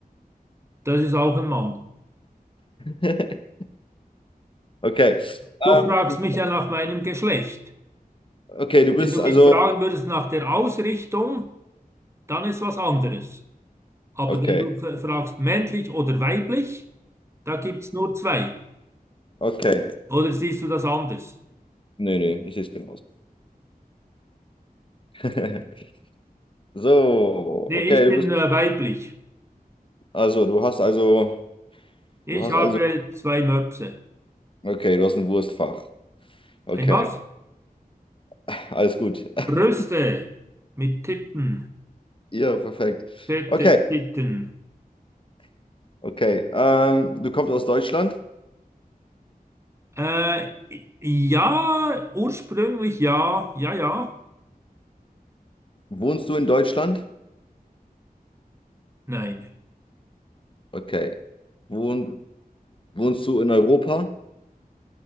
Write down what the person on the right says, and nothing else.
Das ist auch ein Mann.
Du fragst
mich ja nach meinem Geschlecht.
Wenn du
mich fragen würdest nach der Ausrichtung, dann ist was anderes. Aber
wenn du fragst männlich oder weiblich, da gibt es nur zwei.
Oder siehst du das anders?
Nee,
ich
bin
äh, weiblich.
Ich
habe
zwei Möpse.
Ein was?
Brüste mit Titten,
fette
Titten.
Äh, ja, ursprünglich ja, ja, ja,
nein.